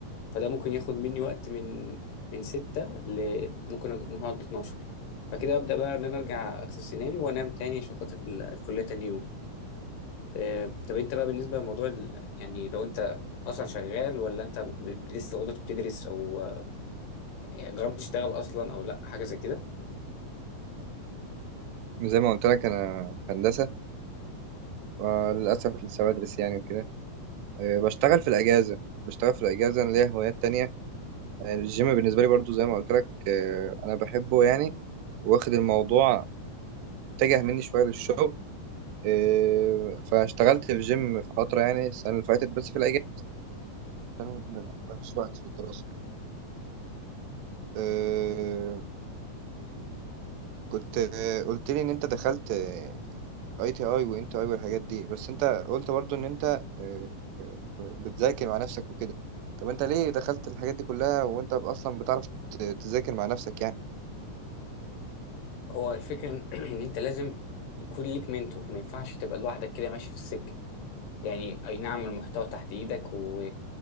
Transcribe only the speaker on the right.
زي ما قلت لك انا في هندسه آه، للأسف لسه بدرس يعني وكده آه، بشتغل في الأجازة بشتغل في الأجازة أنا ليا هوايات تانية آه، الجيم بالنسبة لي برضو زي ما قلت لك آه، أنا بحبه يعني واخد الموضوع اتجه مني شوية للشغل آه، فاشتغلت في جيم فترة يعني السنة اللي فاتت بس في الأجازة عشان مفيش وقت في الدراسة آه، كنت آه، قلت لي إن أنت دخلت اي تي اي وان تي اي والحاجات دي بس انت قلت برضو ان انت آه، ب- بتذاكر مع نفسك وكده طب انت ليه دخلت الحاجات دي كلها وانت اصلا بتعرف ت- تذاكر مع نفسك يعني